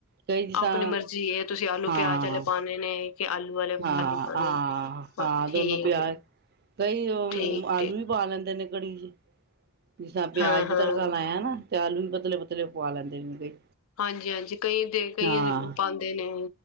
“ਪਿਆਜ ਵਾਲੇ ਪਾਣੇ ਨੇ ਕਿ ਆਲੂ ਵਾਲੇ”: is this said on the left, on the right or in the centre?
Left